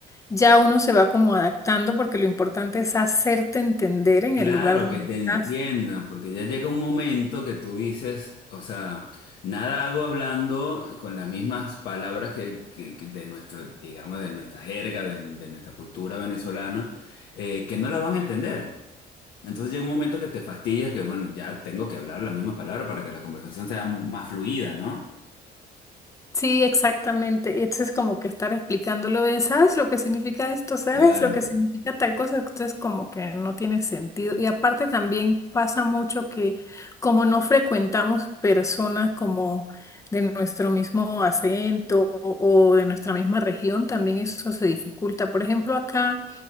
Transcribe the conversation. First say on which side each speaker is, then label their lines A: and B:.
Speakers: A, on the left (about 20°); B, on the left (about 75°).
A: ya uno se va como adaptando porque lo importante es hacerte entender en
B: Claro,
A: el lugar donde
B: que te
A: estás.
B: entiendan, porque ya llega un momento que tú dices, o sea, nada hago hablando con las mismas palabras que, que- que de nuestro, digamos, de nuestra jerga, de, de nuestra cultura venezolana, eh, que no la van a entender. Entonces llega un momento que te fastidias, que bueno, ya tengo que hablar las mismas palabras para que la conversación sea más fluida, ¿no?
A: Sí, exactamente. Y entonces es como que estar explicándolo de, ¿sabes lo que significa esto? ¿Sabes
B: Claro.
A: lo que significa tal cosa? Entonces como que no tiene sentido. Y aparte también pasa mucho que como no frecuentamos personas como de nuestro mismo acento o o de nuestra misma región, también eso se dificulta. Por ejemplo, acá